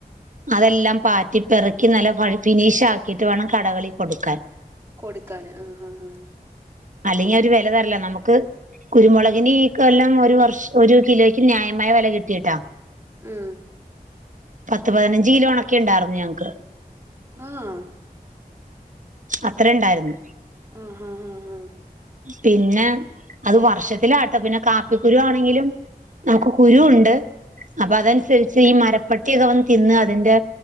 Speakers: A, on the right; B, on the right.
A: അതെല്ലാം പാറ്റി പെറുക്കി നല്ല ഫിനിഷ് ആക്കിയിട്ട് വേണം കടകളി കൊടുക്കാൻ
B: കൊടുക്കാന് ആഹ് ആഹ് ആഹ്
A: അല്ലെങ്കിൽ അവര് വെല തരല്ല നമുക്ക് കുരുമുളകിന് ഈ കൊല്ലം ഒരു വർഷം ഒരു കിലോയ്ക്ക് ന്യായമായ വില കിട്ടിയിട്ടാ
B: ഉം
A: പത്ത് പതിനഞ്ച് കിലോ ഒണക്കിണ്ടായിരുന്നു ഞങ്ങൾക്ക്
B: ആഹ്
A: അത്ര ണ്ടായിരുന്നു
B: ആഹ് ഹഹ ആഹ് ഹഹ
A: പിന്നെ അത് വർഷത്തിലാട്ടെ പിന്നെ കാപ്പിക്കുരു ആണെങ്കിലും നമുക്ക് കുരു ഉണ്ട് അപ്പൊ അതനുസരിച്ച് ഈ മരപ്പട്ടിയൊക്കെ വന്ന് തിന്ന് അതിന്റെ